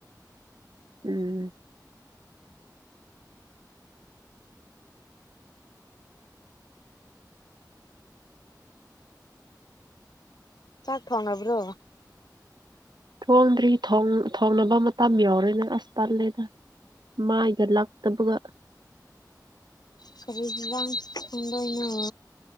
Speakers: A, on the right; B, on the left.
A: ꯎꯝ
B: ꯆꯥꯛ ꯊꯣꯡꯉꯕ꯭ꯔꯣ
A: ꯊꯣꯡꯗ꯭ꯔꯤ ꯊꯣꯡꯅꯕ ꯃꯇꯝ ꯌꯎꯔꯦꯅꯦ ꯑꯁ ꯄꯜꯂꯦꯗ ꯃꯥꯏꯒ ꯂꯥꯛꯇꯕꯒ
B: ꯀꯔꯤꯁ ꯂꯥꯡ ꯐꯗ ꯉ